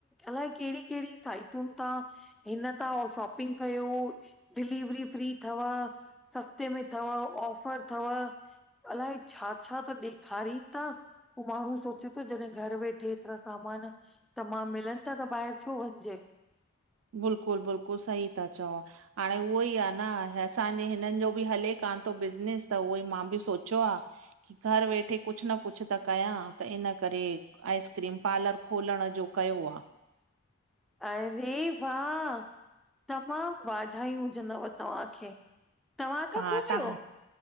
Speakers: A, in the centre; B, on the right.
A: अलाए केंहड़ी केहड़ी साइटुन तां। हिन तां उ शॉपिंग कयो डिलिवरी फ्री थव। सस्ते में थव ऑफर थव अलाए छा छा ता ॾेखारीन ता। पो माण्हू सोचे थो जॾेह घर वेठे एतरा सामान तमाम मिलन था त ॿाहिर छो वञजे।
B: बिलकुल बिल्कुल सही ता चओ। हाणे उहोई आ न असांजे हिनन जो बि हले कान थो बिज़नेस त उहो ई मां बि सोचो आ। की घर वेठे कुछ न कुछ त कयां त इन करे। आइस्क्रीम पालर खोलण जो कयो आ।
A: अरे वाह! तमाम वाधायूं हुजंदव तव्हांखे। तव्हां
B: हा
A: था खोलियो
B: तां